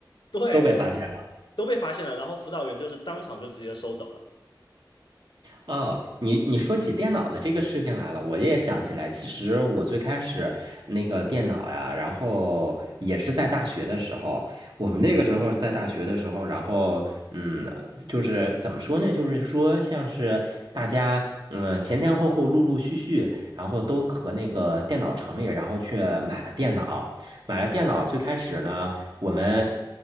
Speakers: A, on the left; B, on the right.
A: 对，
B: 都被发现了。
A: 都被发现了。然后辅导员就是当场就直接收走了。
B: 哦，你你说起电脑的这个事情来了，我也想起来。其实我最开始那个电脑呀，然后也是在大学的时候。我们那个时候在大学的时候，然后嗯，就是怎么说呢？就是说像是大家嗯前前后后陆陆续续，然后都和那个电脑城里，然后去买了电脑，买了电脑。最开始呢。我们